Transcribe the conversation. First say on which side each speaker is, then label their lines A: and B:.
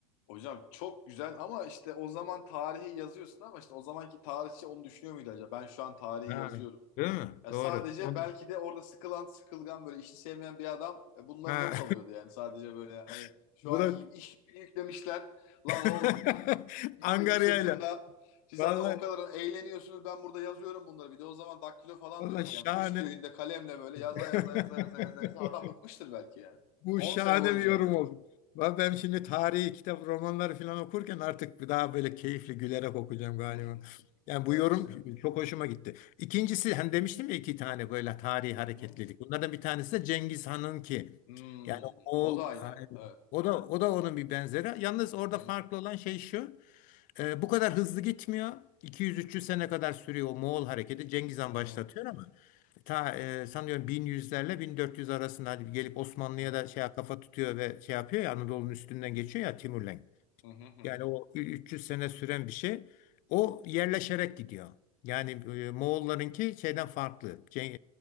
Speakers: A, on the left; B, on the left.
A: Hocam çok güzel ama işte o zaman tarihi yazıyorsun ama işte o zamanki tarihçi onu düşünüyor muydu acaba? Ben şu an tarihi
B: Ha,
A: yazıyorum.
B: değil mi?
A: Ya
B: Doğru.
A: sadece
B: On...
A: belki de orada sıkılan, sıkılgan böyle işi sevmeyen bir adam e, bunları
B: Ha.
A: not alıyordu yani sadece böyle hani
B: <laughs>
A: şu
B: Bu
A: anki
B: da
A: gibi iş yükünü yüklemişler.
B: <laughs>
A: Lan oğlum bütün iş
B: Angarya'yla.
A: benim sırtımda. Siz
B: Vallahi
A: zaten o kadar eğleniyorsunuz ben burada yazıyorum bunları. Bir de o zaman daktilo falan
B: Valla
A: da yok
B: şahane.
A: yani. Kuş tüyünde kalemle böyle yaza
B: <laughs>
A: yaza yaza yaza yaza yaza. Adam bıkmıştır belki yani.
B: Bu
A: 10
B: şahane
A: sene boyunca.
B: bir yorum oldu. Ben ben şimdi tarihi kitap, romanları falan okurken artık bir daha böyle keyifli gülerek okuyacağım galiba.
A: Hı hı.
B: Yani
A: Yani
B: bu yorum
A: işte.
B: çok hoşuma gitti. İkincisi hem demiştim ya iki tane böyle tarihi hareketlilik.
A: Hı hı.
B: Bunlardan bir tanesi de Cengiz Han'ın ki.
A: Hmm.
B: Yani Moğol
A: O da aynı. Evet.
B: o da o da onun bir benzeri. Yalnız
A: Hı
B: orada
A: hı.
B: farklı olan şey şu. e, bu kadar hızlı gitmiyor. iki yüz üç yüz sene kadar sürüyor o Moğol hareketi. Cengiz Han
A: Hı hı.
B: başlatıyor ama ta e, sanıyorum bin yüzlerle 1400 arasında hadi gelip Osmanlı'ya
A: Hı hı.
B: da şey kafa tutuyor ve şey yapıyor ya Anadolu'nun üstünden geçiyor ya Timurlenk.
A: Hı hı. Hı hı.
B: Yani o 300 sene süren bir şey. O yerleşerek gidiyor. Yani e, Moğollarınki şeyden farklı. Cen-